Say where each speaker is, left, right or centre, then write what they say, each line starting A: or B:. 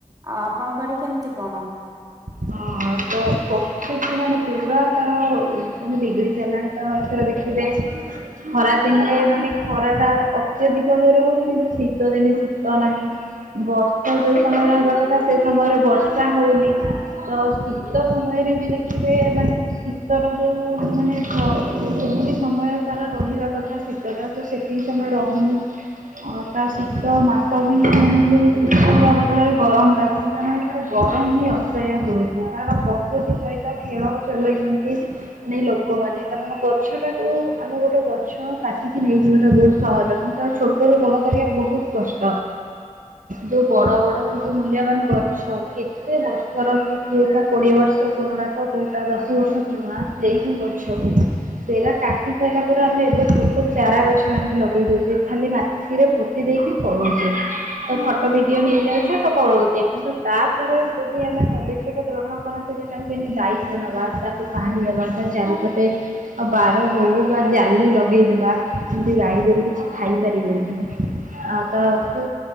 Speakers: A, on the right; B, on the right.
A: ଆଉ ଆପଣଙ୍କ ଆଡେ କେମିତି କଣ।
B: ହ ତ ପକ୍ଷୁ ଟି ମାନେ ପୁରା ତାର ମାନେ ବିଗିଡି ସାରିଲାଣି କାରଣ ଏଥର ଦେଖିବେ ଖରା ଦିନେ ମାନେ ଖରା ଟା ଅତ୍ୟଧିକ ଜୋରେ ହଉଛି କିନ୍ତୁ ଶୀତ ଦିନେ ଶୀତ ନାହିଁ ବର୍ଷା ଯୋଉ ସମୟରେ ହେବା କଥା ସେ ସମୟରେ ବର୍ଷା ହଉନି। ତ ଶୀତ ସମୟରେ ବି ଦେଖିବେ ମାନେ ଶୀତର ଯେଉଁ ମାନେ ଯେତିକି ସମୟ ତାର ରହିବା କଥା ଶୀତଟା ତ ସେତିକି ସମୟ ରହୁନି ତା ଶୀତ ମାସ ବି ମାନେ ବି ଶୀତ ବଦଳରେ ଗରମ ଲାଗୁଛି କାରଣ ଏଥିରେ ଗରମ ହି ଅ ହେଉଛି କାରଣ ପ୍ରକୃତି ସହିତ ଖେଳ ଚଲେଇଛନ୍ତି ମାନେ ଲୋକମାନେ କାରଣ ଗଛଟାକୁ ଆମେ ଗୋଟେ ଗଛ କାଟିକି ନେଇଯିବାଟା ବହୁତ ସହଜ କିନ୍ତୁ ତାକୁ ଛୋଟରୁ ବଡ଼ କରିବା ବହୁତ କଷ୍ଟ ଯେଉଁ ବଡ଼ ବଡ଼ ସବୁ ମୂଲ୍ୟବାନ ଗଛ କେତେ ସର ସ୍କୃତି ହେଉଟା କୋଡ଼ିଏ ବର୍ଷ ପୁରୁଣା ତ କେଉଁଟା ଦଶ ବର୍ଷ କିରୁଣା ସେଇ ଯେଉଁ ଗଛକୁ ସେଇଟା କାଟି ସାରିଲା ପରେ ଆମେ ଏବେ <unintelligible> ଚାରା ଗଛ ଆଣିକି ଲଗେଇ ଦେଉଚୁ ଖାଲି ମା ରେ ପୋତି ଦେଇକି ପଳଉଚି ତ ଫଟୋ ଭିଡିଓ ନେଇଯାଉଚି ତ ପଳାଉଚି କିନ୍ତୁ ତାପରେ ସେଇ ଆମେ ପଦକ୍ଷେପ ଗ୍ରହଣ କରନ୍ତେ ଯଦି ତାକୁ କେମିତି ଦାୟିତ୍ୱ ନବା ତାକୁ ପାଣି ଦେବା ତା ଚାରିପଟେ ବାର ହେଉ ବା ଜାଲି ଲଗାଇଦେବା ସେମିତି ଗାଈ ଗୋରୁ କିଛି ଖାଇପାରିବେ ନାହିଁ ଆଉ ତାକୁ